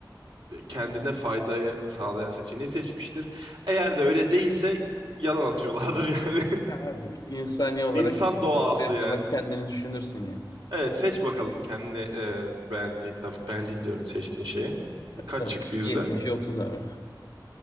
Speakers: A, on the right (about 85°); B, on the left (about 50°).
A: kendine faydayı sağlayan seçeneği seçmiştir. Eğer de öyle değilse yalan atıyorlardır <laughs> yani.
B: Ya abi, insani olarak
A: İnsan doğası
B: ister istemez
A: yani.
B: kendini düşünürsün yani.
A: Evet seç bakalım kendi e, beğendiğin, beğendiğin diyorum seçtiğin şeyi.
B: E,
A: Kaç
B: tabii
A: çıktı yüzde?
B: 70'i 30 abi.